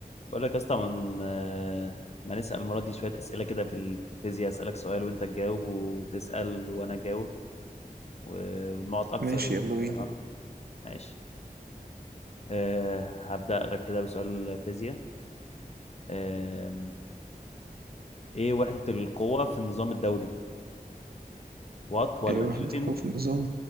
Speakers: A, on the left; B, on the right.
A: بقول لك يا اسطى من ما نسأل المرة دي شوية أسئلة كده في الفيزياء أسألك سؤال وأنت تجاوب وتسأل وأنا أجاوب و- والنقط أكتر
B: ماشي يلا بينا
A: تمام ماشي أه هبدأ لك كده بسؤال فيزياء أه إيه وحدة القوة في النظام الدولي وات ولا
B: آه، وحدة
A: نيوتن
B: القوة في النظام